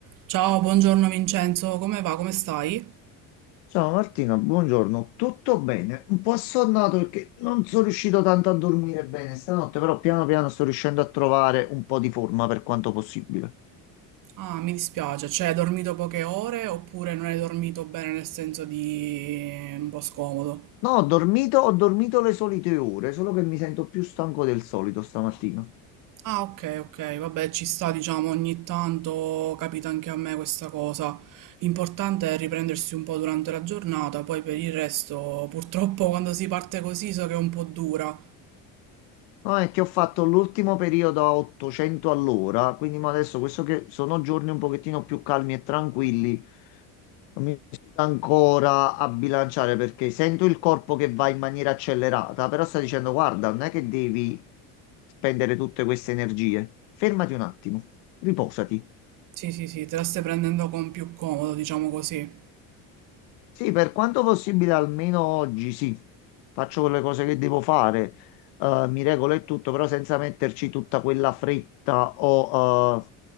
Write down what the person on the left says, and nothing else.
Ciao Martina, buongiorno. Tutto bene? Un po' assonnato perché non sono riuscito tanto a dormire bene stanotte, però piano piano sto riuscendo a trovare un po' di forma per quanto possibile.
No, ho dormito, ho dormito le solite ore, solo che mi sento più stanco del solito stamattina.
No, è che ho fatto l'ultimo periodo a 800 all'ora, quindi ma adesso questo che sono giorni un pochettino più calmi e tranquilli, Non mi riesco ancora a bilanciare perché sento il corpo che va in maniera accelerata, però sta dicendo, guarda, non è che devi spendere tutte queste energie. Fermati un attimo, riposati.
Sì, per quanto possibile, almeno oggi sì, faccio quelle cose che devo fare, eh, mi regolo e tutto, però senza metterci tutta quella fretta o